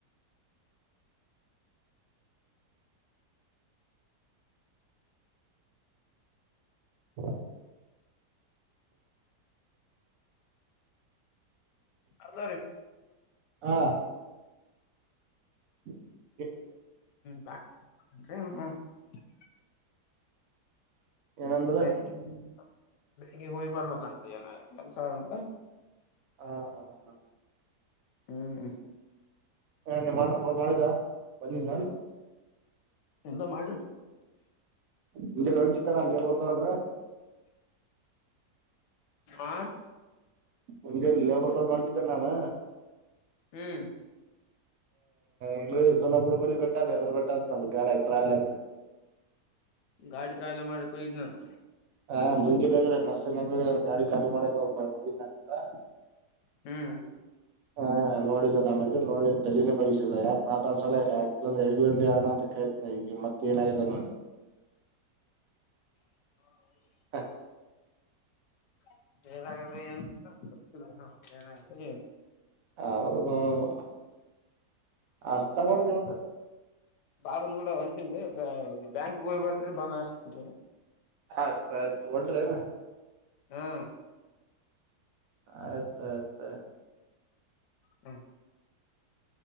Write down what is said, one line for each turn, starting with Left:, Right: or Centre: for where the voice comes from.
Right: <inaudible>
Left: ಹಲೋರಿ
Right: ಹಾ <inaudible>
Left: ಹಾ ಹೂ <unintelligible>
Right: ಏನಂದ್ರ
Left: ಬ್ಯಾಂಕಗಿ ಬ್ಯಾಂಕಿಗೆ ಹೋಗಿ ಬರ್ಬೇಕಂತ ಏನ ಕೆಲಸದಂತ
Right: ಹಾ ಹಾ ಹಾ
Left: ಹ್ಮ್
Right: ಯಾರ ನಿಮ್ಮಣ್ಣ ಫೋನ್ ಮಾಡಿದ ಬಂದಿದ್ನೇನು
Left: ಇಲ್ಲ ಮಾಡಿಲ್ಲ
Right: ಮುಂಜೆಲಿ ಹೊಂಟಿದ್ದ ನಾನ್ ಲೇಬರ್ ತಗೊಂಡ
Left: ಆ
Right: ಮುಂಜೆೆ ಲೇಬರ್ ತ ಹೊಂಟಿದ್ದೆ ನಾನು
Left: ಹ್ಮ್
Right: ಇಲ್ಲಿ ಸೋಲಾಪುರ ಬಳ ಬಿಟ್ಟದ ಎದ್ರ ಬಿಟ್ಟದನ್ ಗಾಡಿಯಾಗ ಟ್ರಾಲಾಗ
Left: ಗಾಡಿ ಖಾಲಿ ಮಾಡಕ್ಕೆ ಹೋಗಿದ್ನೇನು.
Right: ಹಾ ಮುಂಜಲಿ <unintelligible> ಗಾಡಿ ಖಾಲಿ ಮಾಡಕ್ ಹೋಗಿದ್ದೆ ಅಂತ
Left: ಹ್ಮ್
Right: ಹಾ ನೋಡಿದ ನನಗ ನೋಡ ತಲೇ ಬಗಸಿದ ಯಾಕೆ ಮಾತಾಡ್ಸಲ್ಲ <unintelligible> ಅಣ್ಣ ಅಂತ ಕೆಳ್ <unintelligible> ಮತ್ತ ಏನಾಗಿದೆ ಅವನಿಗೆ.
Left: <inaudible>
Right: ಹಾ
Left: ಏನು <inaudible>
Right: ಹ <inaudible> ಅರ್ಥಮಾಡ್ಬೇಕ್
Left: ಬಾವನ್ ಕೂಡ ಹೊಂಟಿದ್ದೆ ಬ್ಯಾಂಕಿಗ್ ಹೋಗ್ ಬರ್ತರಿ ಬಂದ ಹಾಕ್ಸ್ತೀನಿ.
Right: ಅರ್ಥ ಆಯ್ತು ಹೊಂಟ್ರೇನ.
Left: ಹಾ
Right: ಅರ್ಥ ಆಯ್ತಾ <unintelligible>
Left: ಹ್ಮ